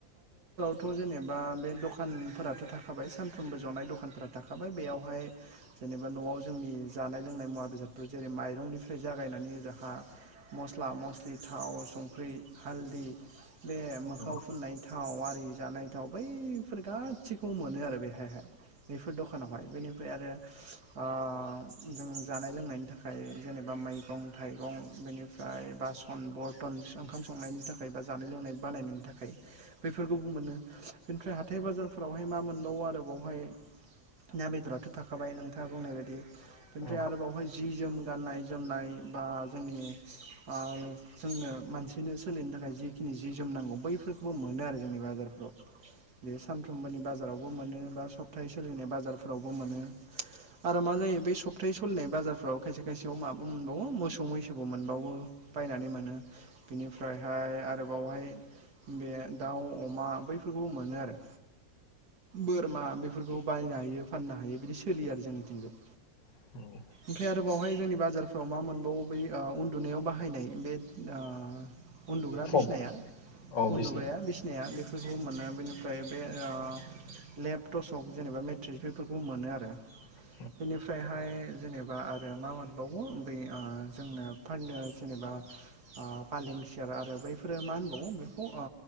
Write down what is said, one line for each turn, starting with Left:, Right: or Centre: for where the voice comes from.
Right: थ जेनेबा बे दखानफोराथ थाखाबाय सानफ्रोमबो जनाय दखानफोरा थाखाबाय बेयावहाय जेनेबा नआव जोंनि जानाय लोंनाय मुवा बेसादफोर जेरै माइरंनिफ्राय जागायनानै जोंहा मस्ला मस्लि थाव संख्रि हालदै बे मोखङाव
Left: औ
Right: फुननायनि थाव आरि जानाय थाव बैफोर गासिखौबो मोनो आरो बेहायहाय बेफोर दखानावहाय बेनिफ्राय आरो ओ जानाय लोंनायनि थाखाय जेनेबा मैगं थाइगं बेनिफ्राय बासन बरन ओंखाम संनायनि थाखाय बा जानाय लोंनाय बानायनायनि थाखाय बैफोरखौ मोनो। बेनिफ्राय हाथाय बाजारफोरावहाय मा मोनबावो आरोबावहाय ना बेदराथ' थाखाबाय नोंथाङा बुंनाय बायदि बेनिफ्राय
Left: औ
Right: आरो बावहाय जि जोम गाननाय जोमनाय बा जोंनि ओ जोंनो मानसिनो सोलिनो थाखाय जिखिनि जि जोमनांगौ बै फोरखौबो मोनो आरो जोंनि बाजारफ्राव। बे सानफ्रोमबोनि बाजारावबो मोनो बा सप्ताहि सोलिनाय बाजारफोरावबो मोनो। आरो मा जायो बे सप्तै सोलिनाय बाजारफोराव खायसे खायसेयाव माबो मोनबावो मोसौ मैसोबो मोनबावो। बायनानै मोनो बेनिफ्रायहाय आरोबावहाय बे दाउ अमा बैफोरखौबो मोनो आरो बोरमा बेफोरखौ बायनो हायो फाननो हायो बिदि सोलियो आरो जोंनिथिंजाय
Left: <inaudible>
Right: ओमफ्राय आरो बावहाय जोंनि बाजारफ्राव मा मोनबावो बै उन्दुनायाव बाहायनाय बे ओ उन्दुग्रा
Left: फम
Right: बिसनाया
Left: औ बिसिना
Right: उन्दुग्राया
Left: औ
Right: बिसना बेफोरखौ मोनो बेनिफ्राय बे ओ लेप टसक जेनेबा मेट्रिस बेफोरखौ मोनो आरो
Left: <inaudible>
Right: बेनिफ्रायहाय जेनेबा आरो मा मोनबावो बे ओ जोंनो फाननो जेनेबा ओ फालें सियार आरो बैफोरो मा होनबावो बेखौ ओ